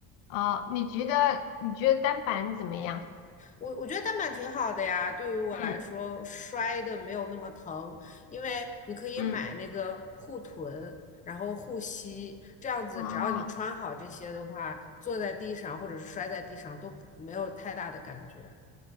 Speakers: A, on the left (about 85°); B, on the left (about 20°).
A: 哦，你觉得你觉得单板怎么样？
B: 我我觉得单板挺好的呀，对于我来说，
A: 嗯
B: 摔的没有那么疼，因为你可以买那个护臀，
A: 嗯，
B: 然后护膝，这样子只要你穿好这些的话，
A: 哦，
B: 坐在地上或者是摔在地上都不没有太大的感觉。